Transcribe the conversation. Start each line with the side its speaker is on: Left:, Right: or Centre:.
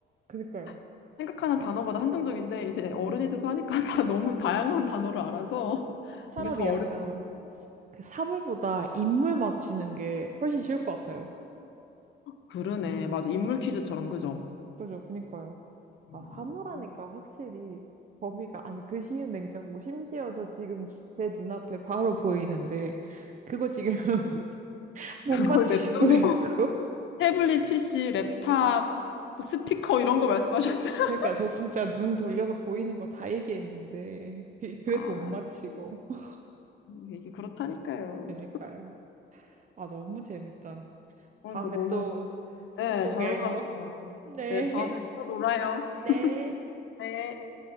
Right: 그니까요.
Left: <laughs> 생각하는 단어가 다 한정적인데 이제 어른이 돼서 하니까 <laughs> 다 너무 다양한 단어를 알아서
Right: 차라리
Left: 이게 더 어려워요.
Right: 약간 스- 그 사물보다 인물 맞히는 게 훨씬 쉬울 것 같아요.
Left: 그러네. 맞아. 인물 퀴즈처럼, 그죠?
Right: 그죠. 그니까요.
Left: 어.
Right: 아, 사물하니까 확실히 범위가, 아니, 그 쉬운 냉장고, 심지어 저 지금 제 눈앞에 바로 보이는데, 그거 지금 <laughs> 못
Left: 그걸
Right: 맞히고
Left: 냅두고
Right: 있고.
Left: <laughs>
Right: <laughs>
Left: 태블릿 PC, 랩탑, 뭐 스피커 이런 거 말씀하셨어요? <laughs>
Right: 그러니까 저 진짜 눈 돌려서 보이는 거 다 얘기했는데 <laughs> 그- 그래도
Left: 아,
Right: 못 맞히고.
Left: 진짜.
Right: <laughs>
Left: 이게 그렇다니까요.
Right: 그러니까요. 아 너무 재밌다.
Left: 그러니까
Right: 다음에
Left: 너무,
Right: 또 스무고개예요.
Left: 네, 잘 놀았어요.
Right: 네.
Left: 네, 다음에 또 놀아요.
Right: 네.
Left: 네.